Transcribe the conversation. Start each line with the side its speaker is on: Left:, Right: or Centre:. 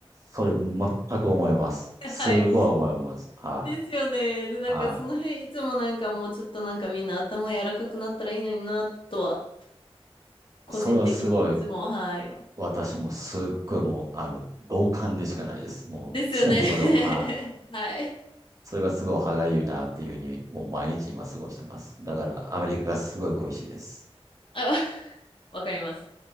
Right: それ全く思います。
Left: <laughs>
Right: すごい思います。
Left: はい。
Right: は
Left: ですよね。で、なんかその辺いつもなんかもうちょっとなんかみんな頭柔らかくなったらいいのになとは、
Right: い。はい。
Left: 個人的にいつも、
Right: それはすごい、
Left: はい。
Right: 私もすっごいもう、あの、同感でしかないです。もう、
Left: ですよね。
Right: 常にそれを、
Left: <laughs>
Right: はい。
Left: はい。
Right: それがすごい歯がゆいなっていうふうに、もう毎日今過ごしてます。だから、アメリカがすごい恋しいです。
Left: あ、<laughs> わかります。